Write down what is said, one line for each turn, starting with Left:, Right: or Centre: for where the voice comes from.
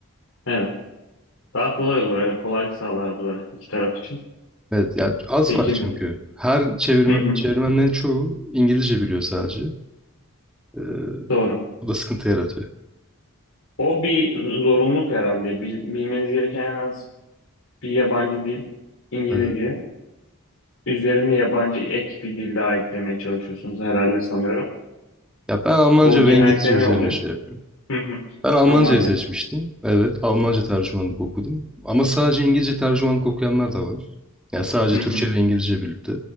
Left: Evet. Daha kolay olur. Evet. Kolaylık sağlar bu da iki taraf için.
Centre: Evet, ya az
Left: Peki.
Centre: var çünkü. Her çevirme,
Left: Hı hı.
Centre: çevirmenlerin çoğu İngilizce biliyor sadece. Ee,
Left: Doğru.
Centre: bu da sıkıntı yaratıyor.
Left: O bir zorunluluk herhalde. Bil- bilmeniz gereken en az bir yabancı dil, İngilizce.
Centre: Evet.
Left: Üzerine yabancı ek bir dil daha eklemeye çalışıyorsunuz herhalde sanıyorum.
Centre: Ya ben Almanca
Left: Bu genellikle
Centre: ve İngilizce üzerine
Left: ne oluyor?
Centre: şey yapıyorum.
Left: Hı hı.
Centre: Ben Almancayı
Left: Almanca.
Centre: seçmiştim. Evet, Almanca tercümanlık okudum. Ama sadece İngilizce tercümanlık okuyanlar da var. Yani sadece
Left: Hı
Centre: Türkçe
Left: hı.
Centre: ve İngilizce birlikte.